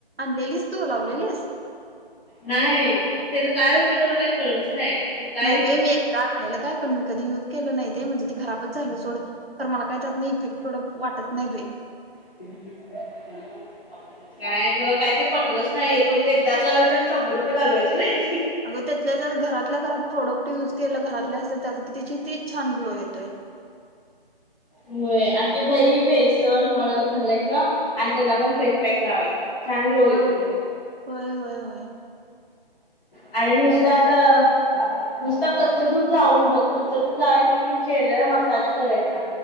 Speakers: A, on the right (about 80°); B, in the centre.
A: लेलिस तू लाव ललेलिस?
B: नाही त्यान काय होते मला काय कळलंच नाही. त्याचा काय
A: नाही
B: विषय?
A: बाई मी एकदा आणलेलं काय पण मी कधी युज केलं नाही ते म्हणजे ते खराबच झालं सोडं. तर मला काय त्यातनं इफेक्ट थोडं वाटत नाही बाई.
B: ह ह काय मला काय ते पटलंच नाही एकच एकदाच लावायचं आणि शंभर रुपये घालवायच व्हय.
A: अग त्यातल्या जर घरातल्या घरात प्रोडक्ट युज केलं घरातल्या असत त्यात क त्याची ते छान ग्लो येतोयं.
B: होय आणि ते दही बेसन हळद घालायचं आणि त्याचा पण फेसपॅक लावायचा. छान ग्लो
A: हा
B: येतो त्याचा.
A: होय होय होय.
B: आणि नुसतं आता.
A: ह
B: नुसता कच्च दूध लावून बघ कच्च दूध लावायचा आणि चेहरराला मसाज करायचा.